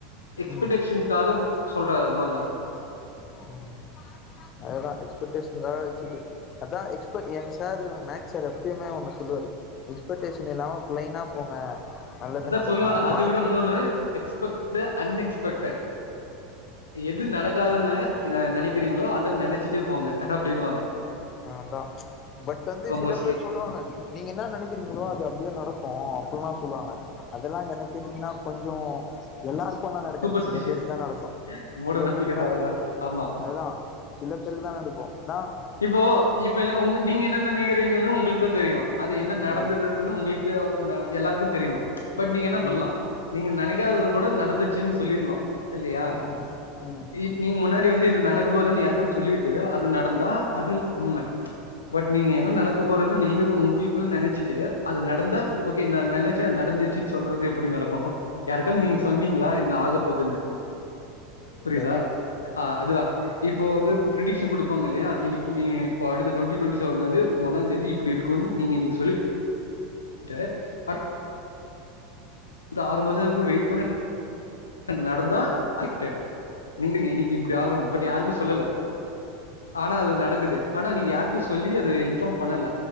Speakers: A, on the left; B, on the left.
A: எக்ஸ்பெட்
B: ம் ம்
A: டேஷன்ஸ்க்காக சொல்றே அதனால் தா
B: ம் அதெல்லா எக்ஸ்பெக்டேஷனுக்காக வச்சுட்டு அதா எக்ஸ்ப எங்க சார் மேக்ஸ் சார் எப்பயுமே ஒண்ணு சொல்லுவாரு எக்ஸ்பெட்டேஷன் இல்லாம பிளைனா போங்க நல்லது
A: அதா
B: நடக்கு
A: சொல்லுவாங்க அது
B: மார்க்
A: விட வுன்னொன்னு எக்ஸ்பெக்ட்டு அன் எக்ஸ்பெக்ட்டர் எது நடக்காதுனு அ நெனைக்கிறீங்ளோ அத நினைச்சுட்டே போங்க அப்டினுவாங்க
B: அதா பட் வந்து சில
A: மோஸ்ட்லி
B: பேர் சொல்லுவாங்க நீங்க என்ன நினைக்கிறீங்ளோ அது அப்டியே நடக்கு அப்ல்லா சொல்லுவாங்க அதெல்லா என்னக் கேட்டீங்னா கொஞ்சோ எல்லார்க்குலா நடக்காது
A: சூப்பர்ஸ்டிஷியஸ்
B: சில பேருக்கு தா நடக்கு
A: மூட
B: சில
A: நம்பிக்கை
B: பேருக்கு
A: தான்
B: தா
A: அதெல்லாம்
B: நடக்கு
A: ஆமா
B: அதுதா சில பேருக்கு தா நடக்கு நா
A: இப்போ இப்ப உங்க நீங்க என்ன நெனைக்கறீங்கன் உங்களுக்குதா தெரியு அது என்ன நடந்துட்டு
B: ஆ
A: இருக்குனு உங்களுக்கு தா நா எல்லாருக்கு தெரியு பட் நீங்க என்ன சொல்லா
B: ம்
A: நீங்க நெனைக்காதது கூட நடந்து ச்சுன் சொல்லிர்லா இல்லையா
B: ம் ம்
A: இக் நீங்க முன்னாடி வந்து
B: அதா
A: இது நட க்க போதுன் யாருக்கு சொல்லிட்டு அது நடந்தா அது உண்ம
B: ம்
A: பட் நீங்க என்ன நடக்க போறது நீங்க உங்களுக்குள்ள நெனைச்சிட்டு அது நடந்தா ஓக்கே நா நெனைச்சே நடந்துருச்சு சொல்றது எப்படி நடக்கு யாருக்கான் நீங்க சொன்னீங்ளா ன்ன ஆக போதுன்னு புரியுதா
B: இல்ல இல்ல
A: ஆ அதுதா இப்போ வந்து ப்ரடிக்ஷன் குடுப்பாங்க இல்லையா இனிப் நீ இப்ப அடுத்த டொண்டி டொண்டி செவன் வந்து ஒன்னாந்தேதி இப்புடி இருக்குன் நீங்க இன்னைக்கு சொல்லி ட்டு அ இந்த ஆறு மாசோ எதுக்கு வெயிட் பண்ணி <inaudible> நடந்தா <inaudible> நில்லுங்க இன்னைக்கு இப்டி ஆகணு பட் யாருக்கு சொல்லல ஆனா அது நடக்குது ஆனா நீங்க யாருக்கு சொல்லி அது இன்ஃபாம் பண்ணல